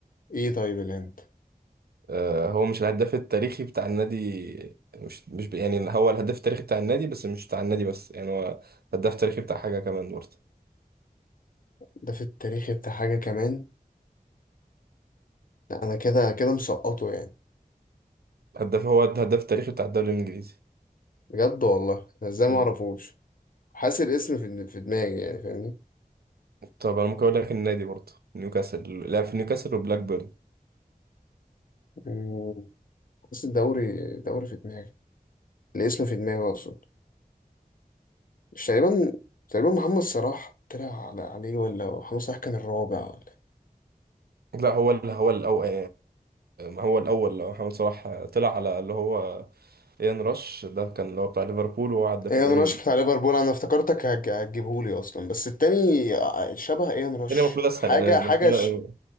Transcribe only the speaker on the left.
ايه طيب الهند
الهداف التاريخي بتاع حاجة كمان لا انا كده كده مسقطه يعني
بجد والله انا ازاي
ما اعرفوش حاسس الاسم في في دماغي يعني فاهمني
مم، حاسس الدوري دوري في دماغي الاسم في دماغي اقصد مش تقريبا تقريبا محمد صلاح طلع على- عليه ولا محمد صلاح كان الرابع ولا
ايه
ان رش
بتاع ليفربول انا افتكرتك هج- هتجيبهولي اصلا بس التاني ع- شبه ايه ان رش
حاجه
حاجه ش...